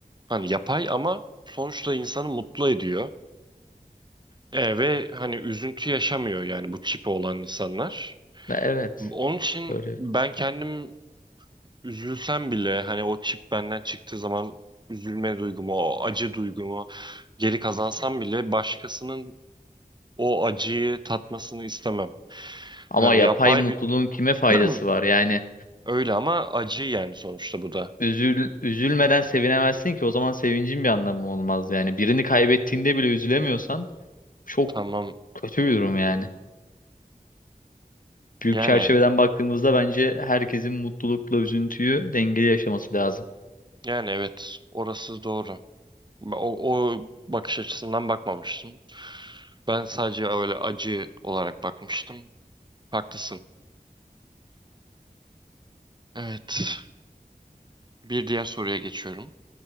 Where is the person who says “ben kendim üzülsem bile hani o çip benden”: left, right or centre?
Right